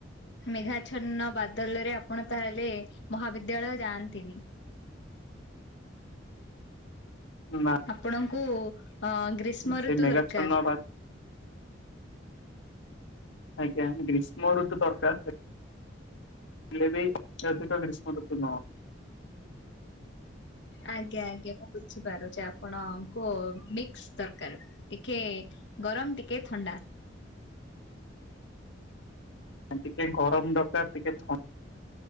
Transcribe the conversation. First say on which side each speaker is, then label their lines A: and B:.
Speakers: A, on the left; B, on the left.
A: ମେଘା୍ଛନ୍ନ ବାଦଲ ରେ ଆପଣ ତାହେଲେ ମହାବିଦ୍ୟାଳୟ ଯାଆନ୍ତିନି?
B: ହୁଁ
A: ଆପଣଙ୍କୁ ଅ ଗ୍ରୀଷ୍ମ
B: ସେଇ
A: ଋତୁ
B: ମେଘାଚ୍ଛନ୍ନ
A: ଦରକାର।
B: ବା ଆଜ୍ଞା, ଗ୍ରୀଷ୍ମୁ ଋତୁ ତରକାର। <unintelligible>
A: ଆଜ୍ଞା ଆଜ୍ଞା ମୁଁ ବୁଝିପାରୁଛି। ଆପଣଙ୍କୁ ମିକ୍ସ ଦରକାର। ଟିକେ ଗରମ, ଟିକେ ଥଣ୍ଡା।
B: ଟିକେ ଗରମ ଦରକାର। ଟିକେ ଥଣ୍ଡା